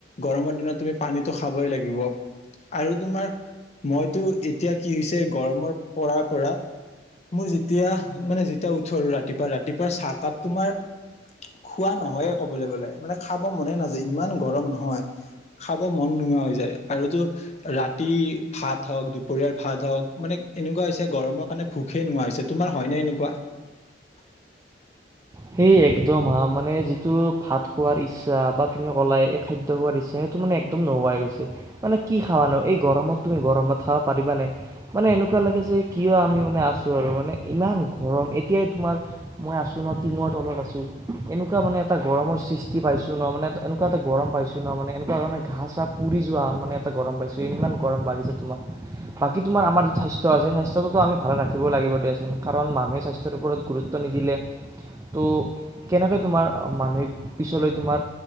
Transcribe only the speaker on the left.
গৰমৰ দিনত- তুমি পানীটো খাবই লাগিব। আৰু তোমাৰ মইতো- এতিয়া কি হৈছে গৰমৰ পৰাৰ পৰা, মোৰ যেতিয়া মানে যেতিয়া উঠো আৰু ৰাতিপুৱা ৰাতিপুৱা চাহকাপ তোমাৰ, খোৱা নহয়ে ক'বলৈ গ'লে, মানে খাব মনে নাযায় ইমান গৰম নহয়। খাব মন নোহোৱা হৈ যায়, আৰুতো ৰাতি ভাত হওক, দুপৰিয়াৰ ভাত হওক, মানে এনেকুৱা হৈছে গৰমৰ কাৰণে ভোকেই নোহোৱা হৈছে। তোমাৰ হয় ন এনেকুৱা? <unintelligible>